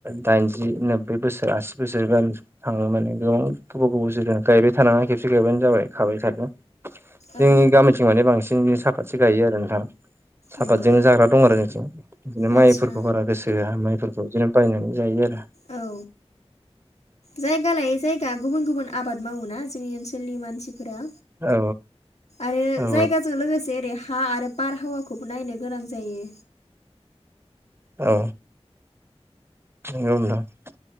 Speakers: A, on the right (about 20°); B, on the left (about 85°).
A: दाइनजि नोब्बै बोसोर आसि बोसोर थाङो माने गोबां गोबाव गोबाव जनो गायबाय थानाङा खेबसे गायबानो जाबाय खाबाय थादो।
B: औ
A: जोंनि गामिथिं माने बांसिन बि साफासो गायो आरो नोंथां। सापातजोंनो
B: नंगौ
A: जाग्रा दं आरो जोंथिं। बिदिनो
B: आदसा
A: माइफोरखौ बारा गोसो होआ माइफोरखौ बिदिनो बायनानै जायो आरो।
B: औ। जायगा लायै जायगा गुबुन गुबुन आबाद माव ना जोंनि ओनसोलथिं मानसिफोरा
A: औ
B: आरो
A: औ
B: जायगाजों लोगोसे ओरै हा आरो बारहावाखौबो नायनो गोनां जायो।
A: औ <unintelligible>